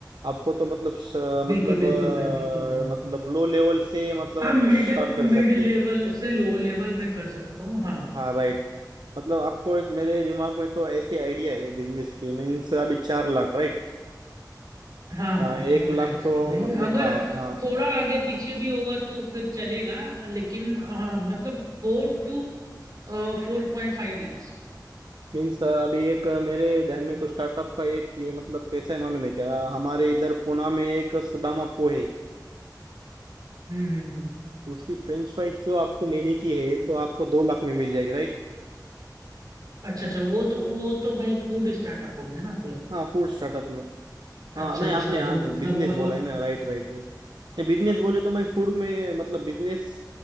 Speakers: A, on the right (about 75°); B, on the right (about 55°).
A: आपको तो मतलब स-
B: बिल्कुल
A: मतलब
B: बिल्कुल
A: अ,
B: भाई बिल्कुल हाँ
A: मतलब लो लेवल से मतलब
B: हाँ मिड
A: आप स्टार्ट
B: मिड
A: कर सकते
B: लेवल से लो लेवल में कर सकता हूँ हाँ
A: हाँ राइट मतलब आपको एक मेरे दिमाग में तो ऐसी आइडिया है बिजनेस की मीन्स अभी चार लाख राइट
B: हाँ हाँ
A: हाँ एक
B: फोर
A: लाख
B: लैक्स
A: तो
B: ही हैं भाई
A: मतलब
B: अगर
A: हाँ हाँ
B: थोड़ा आगे पीछे भी होगा तो फिर चलेगा लेकिन हाँ मतलब four two four point five lakhs
A: मीन्स अभी एक मेरे ध्यान में तो स्टार्टअप का एक ये मतलब कैसा है मालूम है क्या हमारे इधर पुणे में एक सुदामा पो है
B: हम्म हम्म हम्म।
A: उसकी फ्रेंच फ्राइज जो आपको लेने की है तो आपको दो लाख में मिल जाएगी राइट
B: अच्छा अच्छा वो तो वो तो भाई फूड स्टार्टअप हो गया ना फिर
A: हाँ फूड स्टार्टअप में हाँ
B: अच्छा
A: नहीं
B: अच्छा
A: आपने हाँ
B: तो मतलब
A: बिजनेस
B: अ,
A: बोला है ना Right right right नहीं बिजनेस बोले तो मैं फूड में मतलब बिजनेस